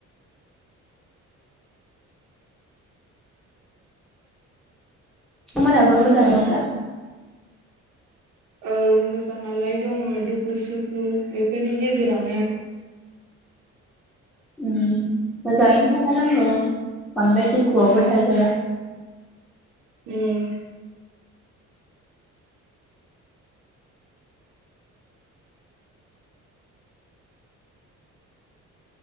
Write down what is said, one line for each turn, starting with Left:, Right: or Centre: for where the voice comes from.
Centre: नोथांमोनहाबो मोजाङै दं दा?
Right: औ मोजाङालाय दङ दुखु सुखु बेफोरनि गेजेरावनो।
Centre: उम मोजाङैनो थाखानांगौ बांद्राय दुखुआवबो
Right: औ
Centre: थाजाया
Right: उम